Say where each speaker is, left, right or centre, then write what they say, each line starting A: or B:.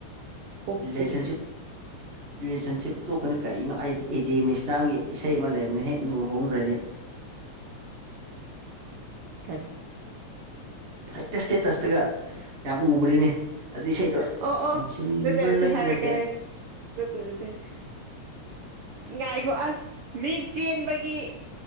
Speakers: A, on the right (about 75°); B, on the right (about 30°).
A: ꯀꯣꯛ
B: ꯔꯤꯂꯦꯁꯟꯁꯤꯞ
A: ꯆꯤꯛꯑꯦ
B: ꯔꯤꯂꯦꯁꯟꯁꯤꯞ ꯇꯣꯛꯀꯅꯤ ꯀꯔꯤꯅꯣ ꯑꯦꯖꯦ ꯃꯩꯁꯅꯥꯝꯒꯤ ꯏꯁꯩ ꯑꯃ ꯂꯩꯕꯅꯦ ꯍꯦꯛ ꯂꯨꯍꯣꯡꯒꯔꯥꯗꯤ
A: ꯀꯔꯤ
B: ꯍꯦꯛꯇ ꯁ꯭ꯇꯦꯇꯁꯇꯒ ꯌꯥꯝ ꯎꯕꯅꯤ ꯑꯗꯨ ꯏꯁꯩꯗꯣ
A: ꯑꯣ ꯑꯣ
B: ꯏꯟꯁꯤꯟꯂꯨꯕ
A: ꯅꯠꯇꯦ
B: ꯂꯩ
A: ꯍꯥꯏꯔꯛꯀꯦ
B: ꯅꯠꯇꯦ
A: ꯍꯥꯏꯔꯛꯀꯦ <unintelligible> ꯉꯥꯏꯈꯣ ꯑꯁ ꯃꯤ ꯆꯦꯟꯕꯒꯤ